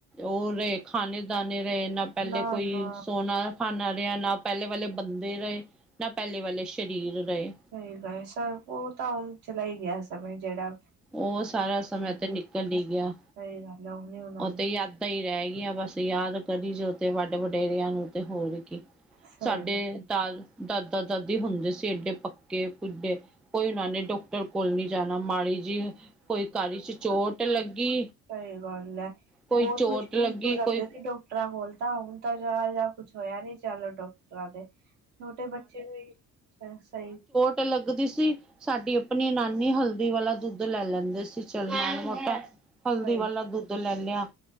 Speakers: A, in the centre; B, on the right.
A: ਓ ਰਏ ਖਾਣੇ-ਦਾਣੇ ਰਏ ਨਾ ਪੈਲੇ
B: ਨਾ-ਨਾ
A: ਕੋਈ ਸੋਨਾ ਖ਼ਾਨਾ ਰਆ ਨਾ ਪੈਲੇ ਵਾਲੇ ਬੰਦੇ ਰਏ। ਨਾ ਪੈਲੇ ਵਾਲੇ ਸਰੀਰ ਰਏ।
B: ਸਈ ਗ ਸਰ ਓ ਤਾਂ ਹੁਣ ਚਲਾ ਇ ਗਿਆ ਸਮੇ ਜੇੜਾ
A: ਓ ਸਾਰਾ ਸਮੇਂ ਤੇ ਨਿਕਲ ਈ ਗਿਆ,
B: ਸਹੀ ਗੱਲ ਉਹ ਨੀ ਹੋਣਾ
A: ਓ
B: ਹੁਣ
A: ਤੇ ਤਾਂ ਏ ਰੈ ਗਇਆ ਬਸ ਯਾਦ ਕਰੀ ਜੋ ਤੇ ਵੱਡ ਵਡੇਰਿਆਂ ਨੂੰ ਤੇ ਹੋਰ ਕੀ।
B: ਸਹੀ
A: ਸਾਡੇ
B: ਗੱਲ
A: ਤਾਰ ਦਾਦਾ-ਦਾਦੀ ਹੁੰਦੇ ਸੀ ਏਡੇ ਪੱਕੇ ਕਿੱਡੇ ਕੋਈ ਉਹਨਾਂ ਨੇ ਡਾਕਟਰ ਕੋਲ ਨੀ ਜਾਣਾ ਮਾੜੀ ਜਿਵ, ਕੋਈ ਕਾਰ ਚ ਚੋਟ ਲੱਗੀ।
B: ਸਈ ਗਾਲ ਐ,
A: ਕੋਈ
B: ਬੋਤ
A: ਚੋਟ
B: ਮੁਸ਼ਕਿਲ
A: ਲੱਗੀ
B: ਤੋਂ ਜਾਂਦੇ
A: ਕੋਈ
B: ਸੀ ਡੋਕ ਡਕਟਰਾਂ ਕੋਲ ਤਾਂ ਹੁਣ ਤਾਂ ਜਿਆ ਜੀ ਕੁਝ ਹੋਯਾ ਨੀ ਚਾਲੋ ਡਾਕਟਰਾਂ ਤੇ ਛੋਟੇ ਬੱਚੇ ਨੂੰ ਵੀ, ਸੇ ਸਹੀ
A: ਤੇ ਲੱਗਦੀ ਸੀ। ਸਾਡੀ ਅਪਣੀ ਨਾਨੀ ਹਲਦੀ ਵਾਲਾ ਦੁੱਧ ਲੈ ਲੈਂਦੇ ਸੀ ਚੱਲ ਮਾੜਾ-ਮੋਟਾ ਹਲਦੀ
B: ਸਹੀ
A: ਵਾਲਾ ਦੁੱਧ ਲੈਨੇ,